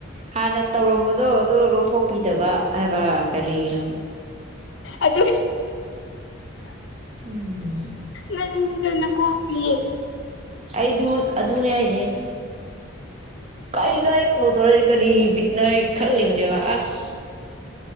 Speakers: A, on the right; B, on the left.
A: ꯍꯥꯟꯅ ꯇꯧꯔꯝꯕꯗꯣ ꯑꯗꯨ ꯂꯧꯊꯣꯛꯄꯤꯗꯕ ꯍꯥꯏꯕ ꯀꯔꯤꯅꯣ
B: ꯑꯗꯨ
A: ꯎꯝ
B: ꯅꯪꯖꯅ ꯀ ꯍꯇꯅꯤ
A: ꯑꯩꯗꯨ ꯑꯗꯨꯅꯦ ꯍꯥꯏꯅꯦ ꯀꯔꯤꯅꯣ ꯑꯩ ꯀꯣꯠꯇꯧꯔꯁꯤꯦ ꯀꯔꯤ ꯕꯤꯠꯅꯣ ꯑꯩ ꯈꯜꯂꯤꯕꯅꯦꯕ ꯑꯁ